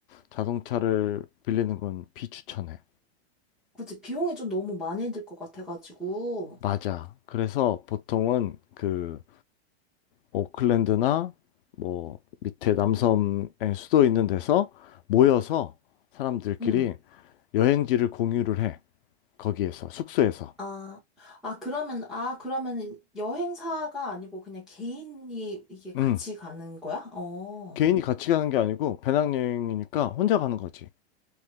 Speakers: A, on the left; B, in the centre.
A: 자동차를 빌리는 건 비추천해.
B: 그치, 비용이 좀 너무 많이 들 것 같아가지고.
A: 맞아. 그래서 보통은 그 오클랜드나 뭐 밑에 남섬의 수도 있는 데서 모여서 사람들끼리
B: 응.
A: 여행지를 공유를 해. 거기에서, 숙소에서.
B: 아, 아, 그러면, 아, 그러면 여행사가 아니고 그냥 개인이 이게
A: 응.
B: 같이 가는 거야? 어.
A: 개인이 같이 가는 게 아니고 배낭여행이니까 혼자 가는 거지.